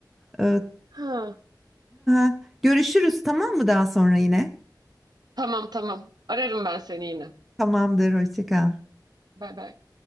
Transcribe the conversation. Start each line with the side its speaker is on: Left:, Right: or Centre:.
Centre: Ee,
Right: Ha,
Centre: <laughs> görüşürüz tamam mı daha sonra yine?
Right: tamam tamam. Ararım ben seni yine.
Centre: Tamamdır hoşça kal.
Right: Bay bay.